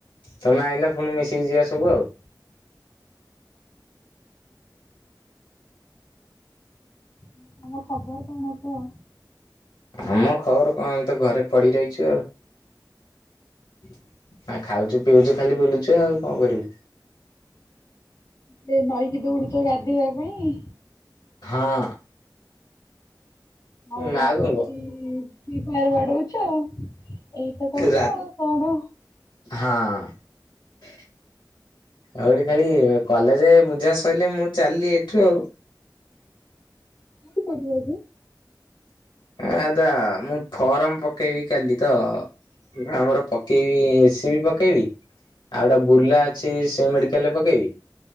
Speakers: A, on the left; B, on the left.
A: ତମେ ଆଇଲ ଫୁଣି ମିଶିକି ଯିବା ସବୁ ଆଉ।
B: ହଁ ତମ ଖବର କଣ କୁଅ?
A: ଆମ ଖବର କଣ ତ ଘରେ ପଡ଼ି ରହିଛୁ ଆଉ। <inaudible> ଆ ଖାଉଛୁ ପିଉଛୁ ଖାଲି ବୁଲୁଛୁ ଆଉ କଣ କରିବୁ।
B: ଦେ ନଈକି ଦୌଡୁଛ ଗାଧେଇବା ପାଇଁ?
A: ହଁ।
B: ହଉ ବସିକି
A: ନା ଆଉ କଣ କହ?
B: ଫ୍ରି ଫାଇଆର ବାଡ଼ଉଛ। ଏଇତ କାମ
A: ରା
B: ଆଉ କଣ।
A: ହଁ। ଆଉରି ଖାଲି କଲେଜେ ବୁଝା ସଇଲେ ମୁଁ ଚାଲ୍ଲିି ଏଠୁ ଆଉ।
B: ସେଠି କରିବ ଯେ।
A: ଆଁ ଦା ମୁଁ ଫରର୍ମ ପକେଇବି କାଲି ତ। <unintelligible> ଆମର ପକେଇବି ଏସି ବି ପକେଇବି। ଆଉ ଗୋଟା ବୁର୍ଲା ଅଛି ସେ ମେଡ଼ିକାଲରେ ପକେଇବି।